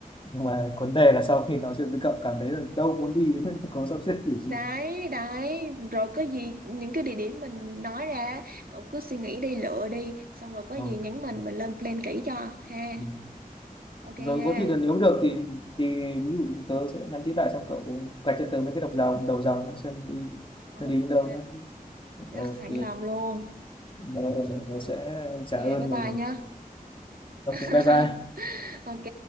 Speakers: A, on the left (about 35°); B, on the right (about 75°).
A: nhưng mà vấn đề là sau khi nói chuyện với cậu cảm thấy là đâu muốn đi với có sắp xếp kiểu gì
B: đấy đấy rồi có gì những cái địa điểm mình nói ra cậu cứ suy nghĩ đi lựa đi xong rồi có gì
A: Ờ.
B: nhắn mình
A: ừ,
B: mình lên plan kỹ cho ha
A: ừ.
B: ok
A: rồi
B: ha
A: có thì được nếu được thì thì ví dụ tớ sẽ nhắn tin lại xong cậu gạch cho tớ mấy cái đọc dòng đầu dòng xem đi
B: ok
A: nó đi đến đâu nhé
B: rất
A: ok
B: sẵn lòng luôn
A: Ờ, tớ sẽ
B: ok
A: trả ơn
B: bye
A: và
B: bye nhá
A: ok
B: <laughs>
A: bye bye
B: ok